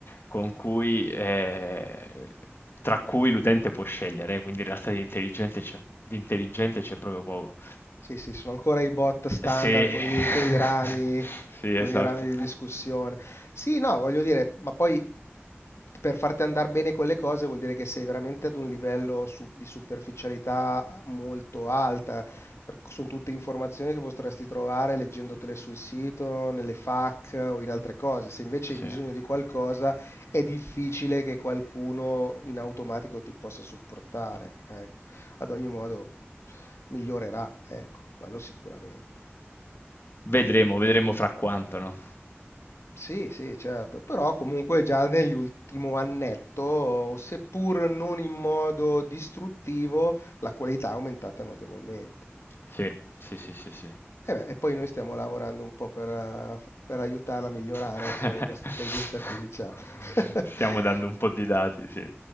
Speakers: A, on the left (about 60°); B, on the left (about 85°).
A: con cui, eh, tra cui l'utente può scegliere, eh, quindi in realtà di intelligente c'è, di intelligente c'è proprio poco.
B: Sì, sì, sono ancora i bot standard
A: Sì,
B: con
A: <laughs>
B: gli- con i rami,
A: sì,
B: con
A: esatto.
B: i rami di discussione. Sì, no, voglio dire, ma poi per farti andare bene quelle cose vuol dire che sei veramente ad un livello su- di superficialità molto alta. per- sono tutte informazioni che potresti trovare leggendotele sul sito, nelle FAQ o in altre cose. Se invece
A: Sì.
B: hai bisogno di qualcosa, è difficile che qualcuno in automatico ti possa supportare. Ecco. Ad ogni modo migliorerà, ecco, quello sicuramente.
A: Vedremo, vedremo fra quanto, no?
B: Sì, sì, certo, però comunque già nell'ultimo annetto, seppur non in modo distruttivo, la qualità è aumentata notevolmente.
A: Sì, sì, sì, sì, sì.
B: E, beh, e poi noi stiamo lavorando un po' per, eh, per aiutarla a migliorare
A: <laughs>
B: pure questa intelligenza artificiale. <laughs>
A: Stiamo dando un po' di dati, sì.